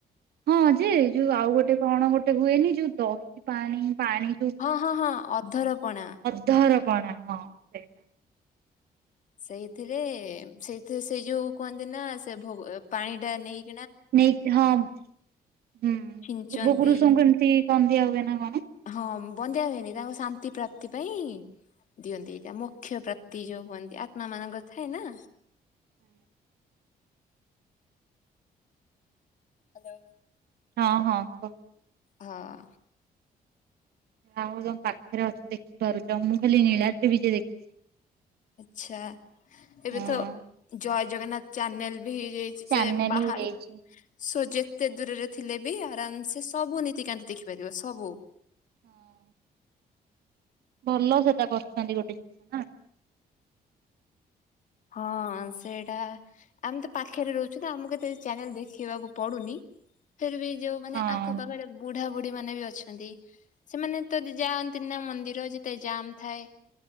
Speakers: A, on the right; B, on the left.
A: ହଁ ଯେ ଯୋଉ ଆଉ ଗୋଟେ କଣ ଗୋଟେ ହୁଏନି ଯୋଉ ଦହି ପାଣି ପାଣି। ଯୋଉ
B: ହଁ ହଁ ହଁ ଅଧରପଣା।।
A: ଧରପଣା ହଁ। ସେଇଟା
B: ସେଇଥିରେ ସେଇଥିରେ ସେଇ ଯୋଉ କୁହନ୍ତି ନା ସେ ଭୋଗ ପାଣି ଟା ନେଇକି।
A: ନେଇି ହଁ ହୁଁ ପୂର୍ବ
B: ଛିଞ୍ଚନ୍ତି
A: ପୁରୁଷଙ୍କୁ ଏମିତି କଣ ଦିଆ ହୁଏ ନା କଣ?।
B: ହଁ ବନ୍ଦି ହୁଏନି ତାଙ୍କ ଶାନ୍ତି ପ୍ରାପ୍ତି ପାଇଁ। ଦିଅନ୍ତି ଏଇଟା ମଖ୍ୟ ପ୍ରାପ୍ତି ଯୋଉ ହୁଅନ୍ତି ଆତ୍ମା ମାନଙ୍କର ଥାଏ ନା।
A: ହୁଁ।
B: ହ୍ୟାଲୋ।
A: ହଁ ହଁ କୁହ।
B: ହଁ।
A: ଆଉ ତମ ପାଖରେ ଅଛ ଦେଖିପାରୁଛ ମୁଁ ଖାଲି ନୀଳାଦ୍ରି ବି ଯ ଦେଖିଛି।
B: ଆଛା ଏବେ
A: ହଁ
B: ତ ଜୟ ଜଗନ୍ନାଥ ଚ୍ୟାନେଲ ବି ହେଇଯାଇଛି।
A: ଚ୍ୟାନେଲ
B: ଯେ ବାହାରହାର।
A: ହେଇଯାଇଛି
B: ସୋ ଯେତେ ଦୂରରେ ଥିଲେ ବି ଆରାମସେ ସବୁ ନୀତିକାନ୍ତି ଦେଖିପାରିବ ସବୁ।
A: ହଁ। ଭଲ ସେଟା କରୁଛନ୍ତି ଗୋଟେ ଜିନିଷ ନା।
B: ହଁ ସେଇଟା। ଆମେ ତ ପାଖରେ ରହୁଛୁ ତ ଆମକୁ କେତେ ଚ୍ୟାନେଲ୍ ଦେଖିବାକୁ ପଡ଼ୁନି। ଫିର୍ ବି ଯୋଉ ମାନେ
A: ହଁ
B: ଆଖପାଖରେ ବୁଢାବୁଢୀ ମାନେ ବି ଅଛନ୍ତି। ସେମାନେ ତ ଦି ଯାଆନ୍ତିନ ନା ମନ୍ଦିର ଯେତେ ଜାମ୍ ଥାଏ